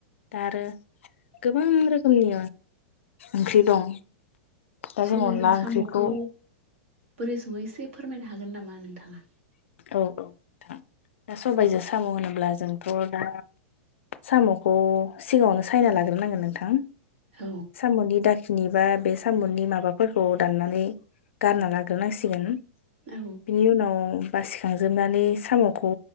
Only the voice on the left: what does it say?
दा आरो गोबां रोखोमनि ओंख्रि दं दा
जों अनला
ओंख्रिखौ
औ-औ नोंथां दा सबायजों साम होनोब्ला जोंथ दा साम'खौ सिगाङावनो सायना लाग्रोनांगोन नोंथां
सामनि दाखिनि बा बे सामुंनि माबाफोरखौ दाननानै गारना लाग्रोनांसिगोन बिनि
उनाव बासिखांजोबनानै साम'खौ